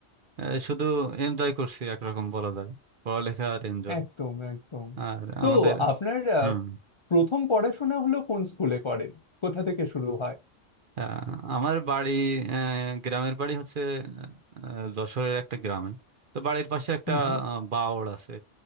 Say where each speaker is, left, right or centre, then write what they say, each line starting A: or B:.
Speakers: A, on the right; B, on the left.
A: আহ, শুধু এনজয় করছি একরকম বলা যায় পড়ালেখা আর এনজয়
B: একদম একদম
A: আর
B: তো
A: আমাদের
B: আপনার
A: হুম
B: আহ, প্রথম পড়াশোনা হলো কোন স্কুলে করেন কোথা থেকে শুরু হয়
A: আহ, আমার বাড়ি আহ, গ্রামের বাড়ি হচ্ছে আহ, যশোরের একটা গ্রামে তো বাড়ির পাশে একটা
B: হুম হুম
A: আহ, বাওড় আছে